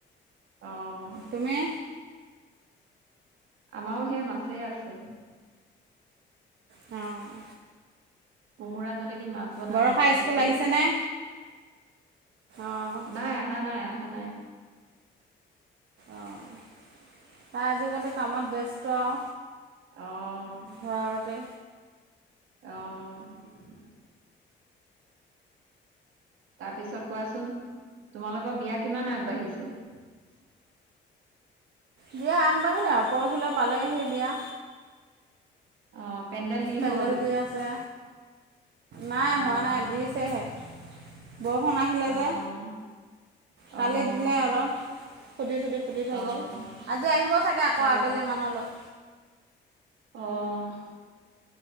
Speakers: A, on the right (about 85°); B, on the right (about 65°).
A: অ'।
B: তুমি
A: আমাও সেই মাছে আছে।
B: অঁ।
A: কোমোৰা জালে। মাছ বনাম
B: বৰষা
A: নেমু চেপি,
B: স্কুল আহিছেনে অঁ
A: নাই আহা, নাই আহা। আহা নাই
B: অ', তাই আজিকালি কামত ব্যস্ত আৰু।
A: অঁ।
B: ঘৰতে
A: অঁ। তাৰপিছত কোৱাচোন তোমালোকৰ বিয়া কিমান আগবাঢ়িছে। <inaudible>
B: বিয়া আগবাঢ়িলে আৰু পৰহিলৈ পালে সেই বিয়া।
A: অঁ। পেণ্ডেল দি
B: পেণ্ডেল
A: হ'ল
B: দি আছে, নাই হোৱা
A: অঁ
B: নাই দিছেহে। বৰষুণ আহিলে
A: অঁ
B: যে কালিত
A: অঁ
B: দিলে অলপ। ফুটি চুটি ফুতি
A: অ',
B: থৈ গ'ল আজি আহিবও চাগে আকৌ
A: অ',
B: আবেলি মানলৈ।
A: অ'।